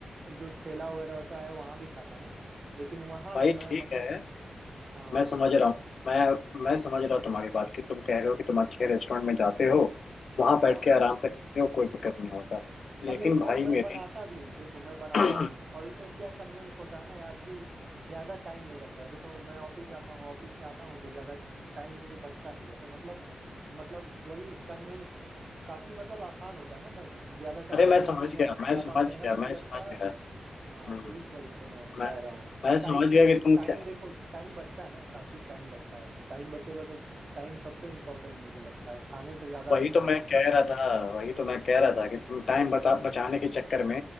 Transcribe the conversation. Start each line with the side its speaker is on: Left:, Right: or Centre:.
Right: जो ठेला वगैरह होता है वहाँ भी खाता हूँ लेकिन वहाँ
Left: भाई
Right: मैं
Left: ठीक
Right: मतलब
Left: है
Right: हाँ
Left: मैं समझ रहा हूँ मैं मैं समझ रहा हूँ तुम्हारी बात कि तुम कह रहे हो कि तुम अच्छे रेस्टोरेंट में जाते हो वहां
Right: हाँ
Left: बैठ के आराम से खाते हो कोई दिक्कत नहीं होता
Right: और
Left: लेकिन
Right: नहीं
Left: भाई
Right: और मैं
Left: मेरे
Right: बनाता भी हूँ देखो मैं बनाता
Left: <clears throat>
Right: भी हूँ और इसमें क्या कन्वेंस होता है ना यार कि ज्यादा टाइम नहीं लगता है देखो मैं ऑफिस जाता हूँ ऑफिस से आता हूँ तो ज्यादा टाइम मुझे बचता नहीं है तो मतलब मतलब वही कन्वेंस काफी मतलब आसान होता है ना भाई ज्यादा टाइम
Left: अरे
Right: लगता
Left: मैं समझ
Right: नहीं है
Left: गया मैं
Right: ज्यादा
Left: समझ
Right: मेहनत
Left: गया
Right: नहीं
Left: मैं
Right: लगता
Left: समझ गया
Right: है
Left: हम्म,
Right: हाँ तो इस वजह से मैं
Left: मैं
Right: कह रहा हूँ
Left: मैं
Right: और टाइम
Left: समझ
Right: तुम
Left: गया कि तुम
Right: टाइम
Left: क्या
Right: देखो टाइम बचता है ना काफी टाइम बचता है टाइम बचेगा तो टाइम सबसे इम्पोर्टेंट मुझे लगता है खाने से ज्यादा
Left: वही
Right: लगता
Left: तो मैं
Right: है मुझे
Left: कह रहा था वही तो मैं कह रहा था कि तुम टाइम बता बचाने के चक्कर में